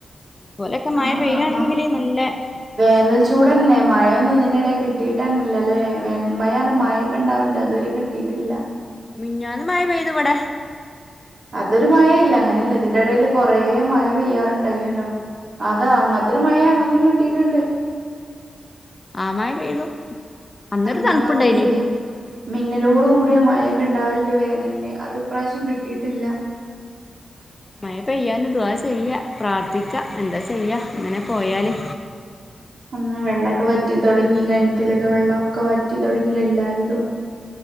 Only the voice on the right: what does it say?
ആ
ആ
വേനൽ ചൂടന്നെ മഴൊന്നും ഇതിന്റെ എടേ കിട്ടിയിട്ടെന്നെ ഇല്ലല്ലേ വേനൽ മഴ അർഞ്ഞ് മഴ ഒക്കെ ഇണ്ടാവൽണ്ട് അതൊരു കിട്ടിട്ടില്ല
അതൊരു മഴ അല്ല അങ്ങനെ ഇള്ളെഹ് ഇതിന്റെ എടേല് കൊറേ മഴ പെയ്യാറ് ഇണ്ടായ്ന്യല്ലോ അകെ അങ്ങത്തെരു മഴ അങ്ങക്കും കിട്ടിയിട്ട്ണ്ട്
അത്
മാത്രല്ലേ
മിന്നലോട് കൂടിയ മഴയൊക്കെ ഇണ്ടാവല്ണ്ട് വേനൽന് അത് ഇപ്രാവശ്യം കിട്ടീട്ട്ല്ല
അന്ന് വെള്ളൊക്കെ വറ്റി ത്തൊടങ്ങി കെൻറ്റിലൊക്കെ വെള്ളം ഒക്കെ വറ്റി തൊടങ്ങില്ലേ എല്ലാര്തും